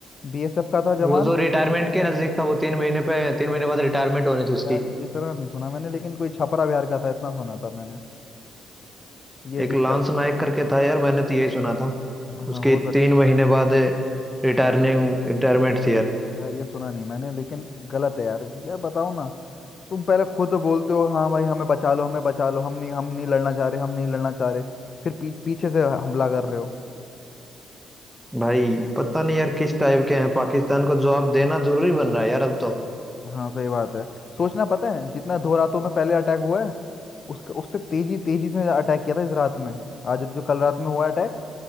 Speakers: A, on the left; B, in the centre.
A: बीएसएफ का था
B: वो
A: जवान
B: जो रिटायरमेंट के नजदीक था वो तीन महीने पे तीन महीने बाद रिटायरमेंट होनी थी उसकी
A: यार इतना नहीं सुना मैंने लेकिन कोई छपरा बिहार का था इतना सुना था मैंने ये
B: एक
A: दिक्कत
B: लांस नायक करके था यार मैंने तो यही सुना था
A: हाँ
B: उसकी
A: हो सक
B: तीन महीने बाद रिटायरिंग रिटायरमेंट थी यार
A: यार ये सुना नहीं मैंने लेकिन गलत है यार यार बताओ ना तुम पहले खुद बोलते हो हाँ भाई हमें बचा लो हमें बचा लो हम नहीं हम नहीं लड़ना चाह रहे हम नहीं लड़ना चाह रहे फिर पी, पीछे से हमला कर रहे हो
B: भाई पता नहीं यार किस टाइप के हैं पाकिस्तान को जवाब देना जरूरी बन रहा है यार अब तो
A: हाँ सही बात है सोचना पता है जितना दो रातों में पहले अटैक हुआ है उसका उससे तेजी तेजी से अटैक किया था इस रात में आज जो कल रात में हुआ अटैक